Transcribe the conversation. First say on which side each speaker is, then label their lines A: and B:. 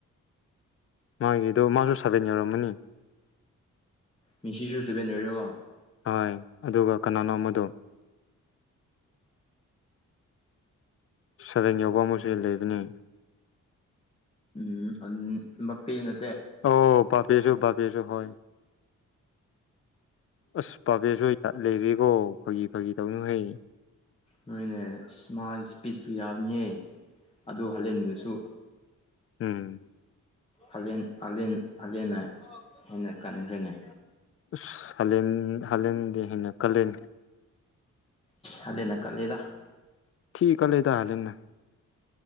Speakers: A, on the left; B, on the left.
A: ꯃꯥꯒꯤꯗꯣ ꯃꯥꯁꯨ ꯁꯥꯕꯦꯟ ꯌꯧꯔꯝꯃꯅꯤ
B: ꯃꯤꯁꯤꯁꯨ ꯁꯕꯦꯟ ꯑꯣꯏꯔꯀꯣ
A: ꯍꯣꯏ ꯑꯗꯨꯒ ꯀꯅꯥꯅꯣ ꯃꯗꯣ ꯁꯕꯦꯡ ꯌꯥꯎꯕ ꯑꯃꯁꯨ ꯂꯩꯕꯅꯤ
B: ꯎꯝꯝ ꯃꯄꯦꯅ
A: ꯑꯣ ꯄꯕꯤꯁꯨ ꯄꯕꯤꯁꯨ ꯍꯣꯏ ꯑꯁ ꯄꯕꯁꯨꯣꯏ ꯂꯩꯔꯦꯀꯣ ꯐꯥꯒꯤ ꯐꯥꯒꯤ ꯇꯧꯅꯨ ꯍꯩ
B: ꯅꯣꯏꯅꯦ ꯃꯥꯒꯤ ꯏꯁꯄꯤꯠꯁꯨ ꯌꯥꯕꯅꯤꯌꯦ ꯑꯗꯨ ꯍꯜꯂꯦꯟꯕꯁꯨ
A: ꯍꯝ
B: ꯍꯥꯂꯦꯟ ꯍꯂꯦꯟ ꯍꯥꯂꯦꯟꯅ ꯍꯦꯟꯅ ꯀꯟꯈ꯭ꯔꯦꯅꯦ
A: ꯑꯁꯂꯦꯟ ꯍꯥꯜꯂꯦꯟꯗꯦ ꯍꯥꯏꯦꯟꯅ ꯀꯂꯅꯤ
B: ꯑꯂꯦꯅ ꯀꯂꯦꯗ
A: ꯊꯤ ꯀ ꯂꯩꯗꯂꯦꯅ